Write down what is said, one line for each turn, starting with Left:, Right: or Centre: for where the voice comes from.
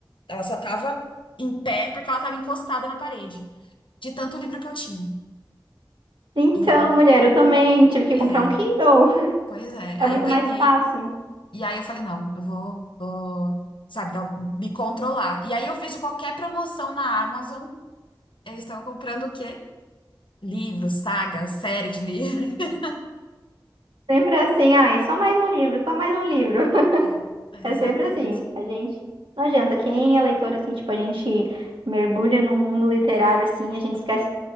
Left: Ela só tava em pé porque ela tava encostada na parede, de tanto livro que eu tinha.
Right: Então,
Left: E
Right: mulher, eu também tive que
Left: é,
Right: comprar um Kindle.
Left: pois é.
Right: É
Left: Aí
Right: muito
Left: eu ganhei,
Right: mais fácil.
Left: e aí eu falei, não, eu vou, vou, sabe, dar- me controlar. E aí eu vejo qualquer promoção na Amazon, eu estava comprando o quê? Livro, saga, série de livro. <laughs>
Right: Sempre é assim, ai, só mais um livro, só mais um livro.
Left: É, exatamente.
Right: É sempre assim. A gente. Não adianta. Quem é leitor, assim, tipo, a gente mergulha no mundo literário, assim, a gente esquece